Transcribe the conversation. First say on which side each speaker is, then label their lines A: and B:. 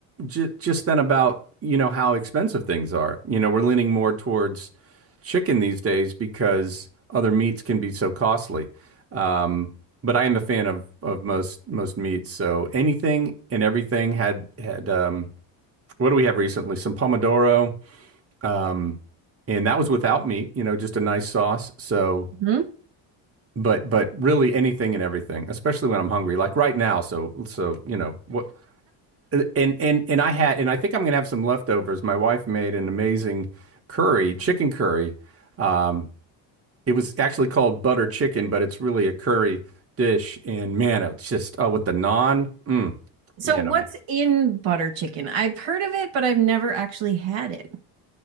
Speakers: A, on the right (about 25°); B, on the right (about 60°).
A: j just then about you know how expensive things are. You know, we're leaning more towards chicken these days because other meats can be so costly. Um, but I am a fan of of most most meats. So anything and everything had had. Um, what do we have recently? Some pomodoro, um, and that was without meat. You know, just a nice sauce. So,
B: hmm
A: but but really anything and everything, especially when I'm hungry, like right now. So so you know what. And and and I had and I think I'm gonna have some leftovers. My wife made an amazing curry, chicken curry. Um, it was actually called butter chicken, but it's really a curry dish. And man, it's just oh, with the naan, mm,
B: So
A: man,
B: what's
A: I'm
B: in butter chicken? I've heard of it, but I've never actually had it.